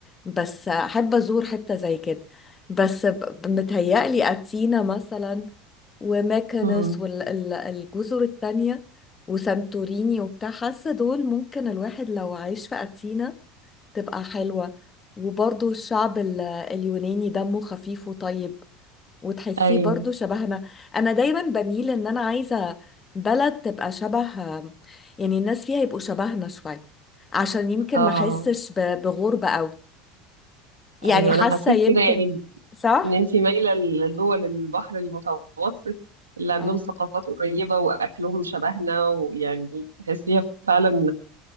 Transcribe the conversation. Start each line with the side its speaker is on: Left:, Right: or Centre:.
Left: بس احب ازور حتة زي كده بس ب- متهيألي اتينا مثلا وماكنس
Right: أمم.
Left: والجزر التانية وسانتوريني وبتاع حاسة دول ممكن الواحد لو عايش في أثينا تبقى حلوة وبرضو الشعب ال- اليوناني دمه خفيف وطيب وتحسيه
Right: ايوه
Left: برضو شبهنا انا دايما بميل ان انا عايزة بلد تبقى شبه يعني الناس فيها يبقوا شبهنا شوية عشان يمكن
Right: اه
Left: ما احسش ب- بغربة قوي يعني
Right: ايوه
Left: حاسة
Right: انا حسيت
Left: يمكن
Right: كده يعني
Left: صح
Right: ان انت مايله لدول البحر المتوسط اللي عندهم
Left: اه
Right: ثقافات قريبه واكلهم شبهنا ويعني تحسيها فعلا